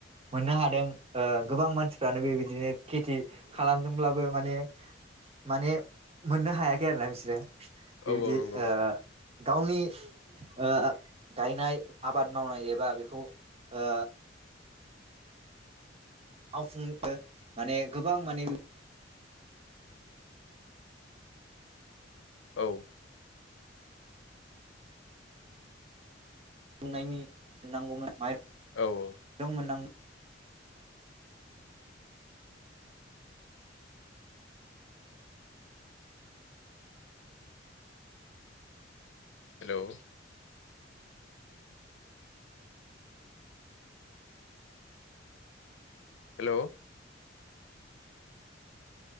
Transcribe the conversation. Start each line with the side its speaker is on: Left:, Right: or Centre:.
Right: मोननो हादों ओ गोबां मानसिफ्रानो बेबायदिनो खेथि खालामदोंब्लाबो माने माने मोननो हायाखै आरो ना बिसोरो बेबायदि
Left: औ औ नंगौ
Right: ओ गावनि ओ गायनाय आबाद मावनाय एबा बेखौ ओ मावफुंनो माने गोबां माने
Left: औ
Right: बुंनायनि मोननांगौमोन
Left: औ
Right: <unintelligible>
Left: औ
Right: दंमोनां
Left: हेलौ। हेलौ।